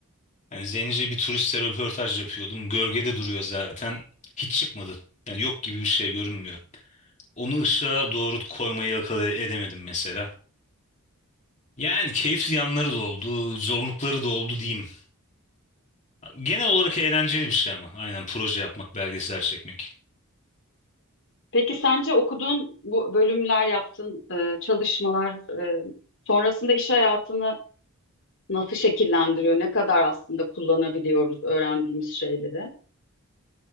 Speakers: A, on the left; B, on the left.
A: Yani zence bir turistle röportaj yapıyordum. Gölgede duruyor zaten. Hiç çıkmadı. Yani yok gibi bir şey görünmüyor. Onu ışığa doğru koymayı akıl edemedim mesela. Yani keyifli yanları da oldu, zorlukları da oldu diyeyim. Genel olarak eğlenceli bir şey ama. Aynen proje yapmak, belgesel çekmek.
B: Peki sence okuduğun bu bölümler, yaptığın e, çalışmalar e, sonrasında iş hayatını nasıl şekillendiriyor? Ne kadar aslında kullanabiliyoruz öğrendiğimiz şeyleri?